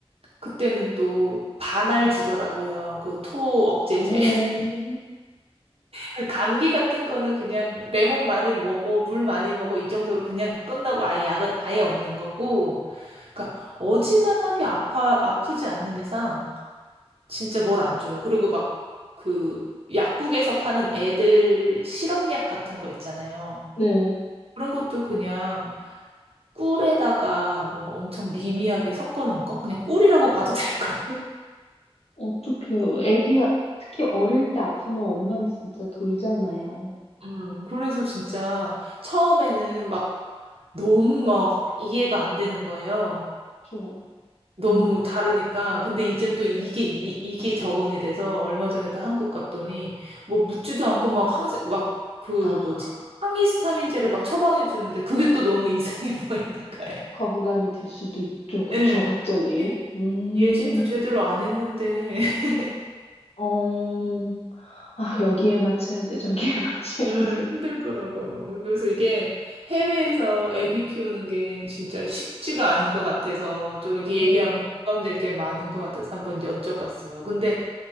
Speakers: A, on the right (about 65°); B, on the left (about 75°).
A: 그때는 또 반알 주더라고요. 그 토 억제제.
B: 어,
A: 그 감기 같은 거는 그냥 레몬 많이 먹어, 물 많이 먹어 이 정도로 그냥 끝나고 아예 약은 아예 없는 거고. 그러니까 어지간하게
B: 와,
A: 아파 아프지 않는 이상 진짜 뭘 안 줘요. 그리고 막 그 약국에서 파는 애들 실험약 같은 거 있잖아요.
B: 네,
A: 그런 것도 그냥 꿀에다가 뭐 엄청 미미하게 섞어 놓은 거? 그냥 꿀이라고 봐도 될 것. 같아요.
B: 어떡해요. 애기, 아- 특히 어릴 때 아프면 엄마는 진짜 돌잖아요.
A: 음, 그래서 진짜 처음에는 막 너무 막 이해가 안 되는 거예요.
B: 그쵸?
A: 너무
B: 음,
A: 다르니까. 근데 이젠 또 이게, 이, 이게 적응이 돼서 얼마 전에 또 한국 갔더니 뭐 묻지도 않고 막 항생, 막 그
B: 아,
A: 뭐지? 항히스타민제를 막 처방해 주는데 그게 또 너무 이상해 <laughs> 보이는 거예요.
B: 거부감이 들 수도 있죠. 그쵸,
A: 예.
B: 갑자기.
A: 아니,
B: 음,
A: 예진도 제대로 안 했는데 <laughs>
B: 어, 아, 여기에 맞춰야 돼, 저기에 <laughs> 맞춰야
A: 예,
B: 돼.
A: 힘들더라고요. 그래서 이게 해외에서 아기 키우는 게 진짜 쉽지가 않은 것 같아서 좀 이렇게
B: 어,
A: 얘기하면 공감될 게 많은 것 같아서 한번 여쭤봤어요. 근데